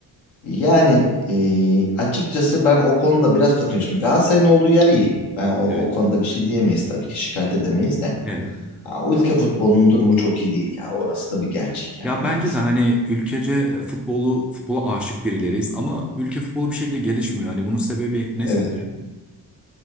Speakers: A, on the left; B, in the centre.
A: Yani e, açıkçası ben o konuda biraz katılıyorum. Şimdi Galatasaray'ın olduğu yer iyi. Ben o,
B: Evet.
A: o konuda bir şey diyemeyiz tabii ki, şikayet edemeyiz de.
B: Evet.
A: Ha, o ülke futbolunun durumu çok iyi değil ya, orası da bir gerçek yani
B: Ya
A: maalesef.
B: bence de hani ülkece e, futbolu, futbola aşık birileriyiz ama ülke futbolu bir şekilde gelişmiyor. Hani bunun sebebi ne
A: Evet.
B: sizce?